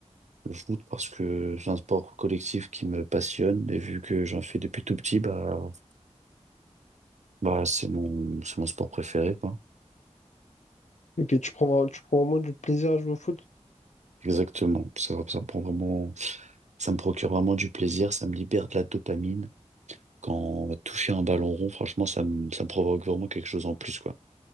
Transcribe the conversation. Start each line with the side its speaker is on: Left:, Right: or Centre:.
Right: Le foot parce que c'est un sport collectif qui me passionne et vu que j'en fais depuis tout petit, bah, bah, c'est mon, c'est mon sport préféré, quoi.
Left: Ok, tu prends, vra- tu prends vraiment du plaisir à jouer au foot.
Right: Exactement. Ça, ça me prend vraiment, ça me procure vraiment du plaisir, ça me libère de la dopamine. Quand toucher un ballon rond, franchement, ça me, ça me provoque vraiment quelque chose en plus, quoi.